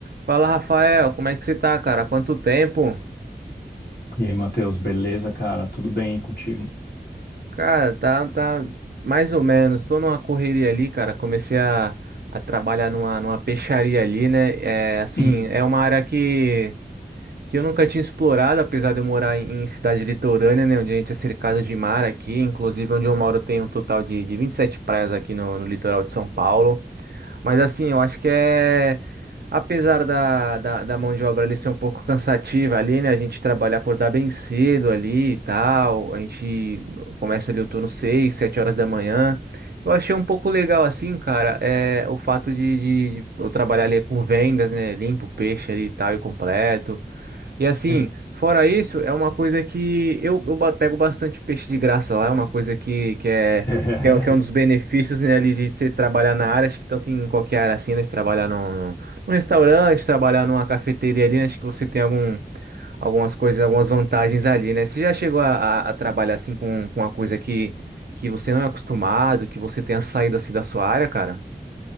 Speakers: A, on the right (about 65°); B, on the left (about 75°).
A: Fala, Rafael, como é que você tá, cara? Quanto tempo?
B: E aí, Matheus, beleza, cara? Tudo bem contigo?
A: Cara, tá, tá mais ou menos. Tô numa correria ali, cara. Comecei a, a trabalhar numa, numa peixaria ali, né? É, assim,
B: Uhum.
A: é uma área que, que eu nunca tinha explorado, apesar de eu morar em, em cidade litorânea, né? Onde a gente é cercado de mar aqui. Inclusive, onde eu moro tem um total de, de 27 praias aqui no, no litoral de São Paulo. Mas assim, eu acho que é. Apesar da, da, da mão de obra ali ser um pouco cansativa ali, né? A gente trabalha, acordar bem cedo ali e tal. A gente começa ali o turno 6 7 horas da manhã. Eu achei um pouco legal assim, cara, é o fato de, de- de eu trabalhar ali com vendas, né? Limpo o peixe ali e tal e completo. E assim,
B: Sim.
A: fora isso, é uma coisa que eu, eu ba- pego bastante peixe de graça lá, é uma coisa que, que é,
B: <laughs>
A: que é, que é um dos benefícios, né, ali de você trabalhar na área, acho que tanto em qualquer área assim, né, você trabalhar num, num num restaurante, trabalhar numa cafeteria ali, né, acho que você tem algum, algumas coisas, algumas vantagens ali, né, você já chegou a, a- a trabalhar assim com, com uma coisa que, que você não é acostumado, que você tenha saído assim da sua área, cara?